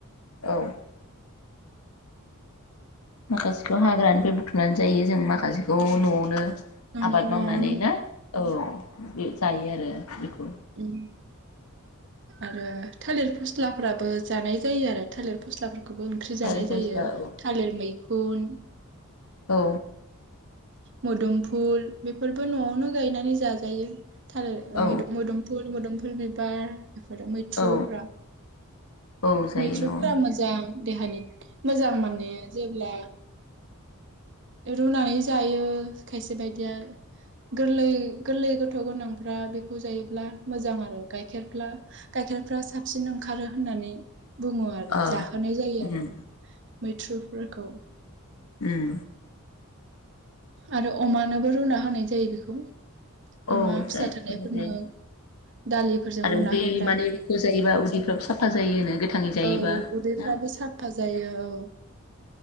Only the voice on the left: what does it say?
औ माखासेखौ हाग्रानिफ्राय बुथुमनानै जायो जों माखासेखौ नआवनो
आबाद
मावनानै ना औ जायो आरो बेखौ
थालिर
फस्ला
औ
औ
औ
औ औ जायो
न'आवनो
ओ
उम
उम
औ
जायो
होनजायो
आरो
उदै
माने बेखौ जायोबा उदैफ्राबो साफा जायोनो गोथाङै जायोबा
ना